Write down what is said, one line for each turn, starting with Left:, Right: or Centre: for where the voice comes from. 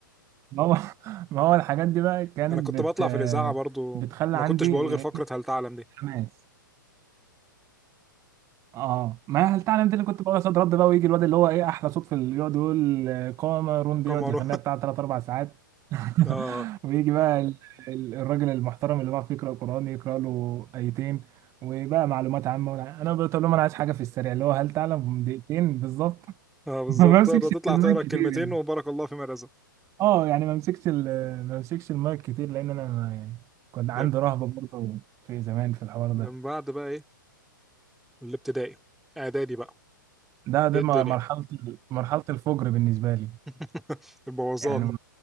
Right: ما هو ما هو الحاجات دي بقى
Centre: <laughs>
Right: كانت
Centre: انا كنت
Right: بت
Centre: بطلع في الإذاعة برضو
Right: بتخلي
Centre: ما
Right: عندي
Centre: كنتش بقول
Right: إيه،
Centre: غير فقرة هل تعلم دي
Right: حماس اه ما هل تعلم دي اللي كنت بقول صوت رد بقى ويجي الواد اللي هو ايه احلى صوت في ال- يقعد يقول آه، قامة روندي
Centre: قمر
Right: يقعد يغنيها
Centre: <laughs>
Right: بتاع تلات اربع ساعات <laughs>
Centre: اه
Right: ويجي بقى ال- ال- الراجل المحترم اللي بيعرف يقرا قران يقرا له ايتين وبقى معلومات عامه ولا- انا بقول لهم انا عايز حاجه في السريع اللي هو هل تعلم دقيقتين بالظبط <laughs>
Centre: اه بالظبط
Right: ما بمسكش
Centre: تقدر تطلع
Right: المايك
Centre: تقرا
Right: كتير
Centre: الكلمتين
Right: يعني
Centre: وبارك الله فيما رزق
Right: اه يعني ما بمسكش ال- ما بمسكش المايك كتير لان انا ما يعني كنت عندي
Centre: طيب
Right: رهبه برضه في زمان في الحوار ده
Centre: من بعد بقى ايه الابتدائي اعدادي بقى
Right: ده ده
Centre: ايه الدنيا
Right: م- مرحله مرحله الفجر بالنسبه لي
Centre: <laughs> البوظان
Right: يعني